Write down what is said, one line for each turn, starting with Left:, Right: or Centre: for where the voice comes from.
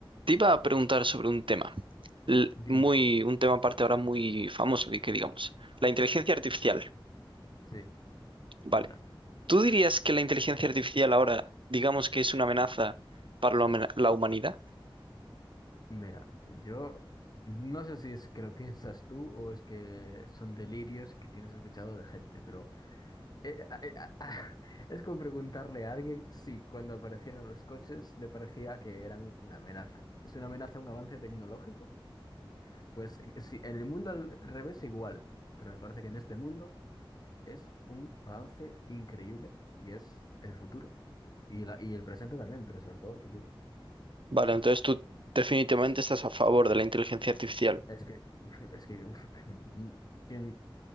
Right: Te iba a preguntar sobre un tema, l-
Left: Dime.
Right: muy, un tema aparte ahora muy famoso, di- que digamos, la inteligencia artificial.
Left: Sí,
Right: Vale.
Left: cuéntame.
Right: ¿Tú dirías que la inteligencia artificial ahora, digamos que es una amenaza para la huma- la humanidad?
Left: Mira, yo no sé si es que lo <laughs> piensas tú o es que son delirios que tienes escuchado de gente, pero eh, a- eh, a- <laughs> es como preguntarle a alguien si cuando aparecieron los coches le parecía que eran una amenaza. ¿Es una amenaza un avance tecnológico? Pues eh, sí, en el mundo al revés igual, pero me parece que en este mundo es un avance increíble y es el futuro. Y, la, y el presente también, pero sobre todo el futuro.
Right: Vale, entonces tú definitivamente estás a favor de la inteligencia artificial.
Left: Es que, <laughs> es que, uf, <laughs> quien-